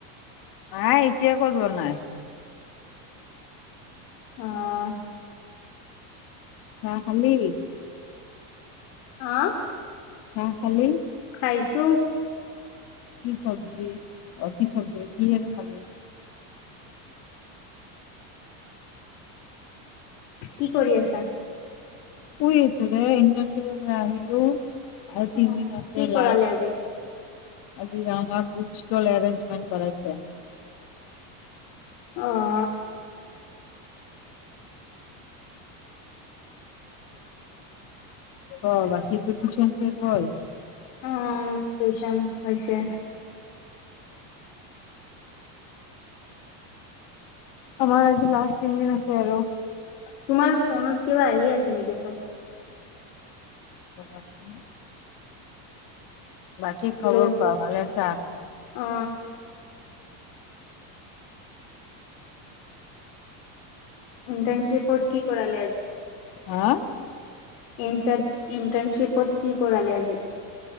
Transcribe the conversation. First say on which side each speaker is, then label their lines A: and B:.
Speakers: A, on the left; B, on the left.
A: নাই এতিয়া ক'ত বনাই।
B: অ'।
A: চা খালি
B: হা
A: চাহ খালি
B: খাইছো।
A: কি চবজি অ কি চবজি হৈ কিহেৰে খালি
B: কি কৰি আছা?
A: শুই আছো দে ইণ্টাৰ্ণশ্বিপৰ পৰা আহিলো আৰু
B: অ
A: তিন দিন আছে
B: কি কৰালে
A: লাষ্ট।
B: আজি?
A: আজি আমাৰ বুক ষ্টল এৰেঞ্জমেণ্ট কৰাইছে।
B: অ
A: অ বাকী তো টিউচন শেষ হ'ল
B: অ টিউচন হৈছে।
A: আমাৰ আজি লাষ্ট তিনদিন আছে আৰু।
B: তোমাৰ ফোনত কিবা আহি আছে নেকি চোৱাচোন
A: <unintelligible> বাকী
B: হেল্ল'
A: খবৰ কোৱা ভালে আছা?
B: অ ইণ্টাৰ্ণশ্বিপত কি কৰালে আজি?
A: হা
B: ইনচাত ইন্টাৰ্ণশ্বিপত কি কৰালে আজি